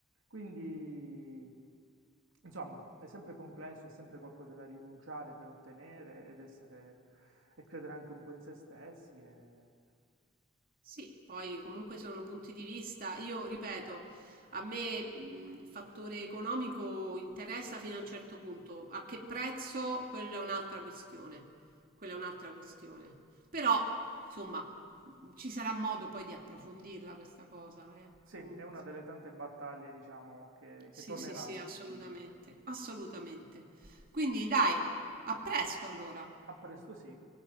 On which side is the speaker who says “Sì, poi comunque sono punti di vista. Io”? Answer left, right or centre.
Right